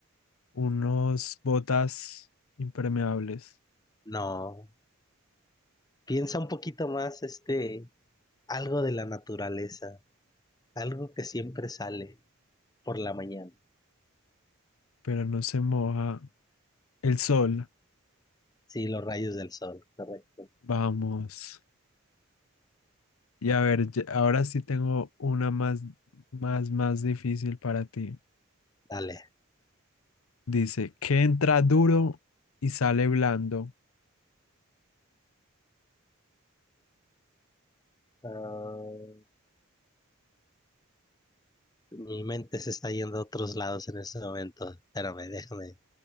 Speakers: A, on the left (about 80°); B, on the left (about 20°).
A: unos botas impermeables,
B: No. Piensa un poquito más, este, algo de la naturaleza, algo que siempre sale por la mañana.
A: pero no se moja el sol.
B: Sí, los rayos del sol, correcto.
A: Vamos. Y a ver, ya- ahora sí tengo una más, más, más difícil para ti.
B: Dale.
A: Dice, que entra duro y sale blando.
B: Ah, mi mente se está yendo a otros lados en este momento. Espérame, déjame.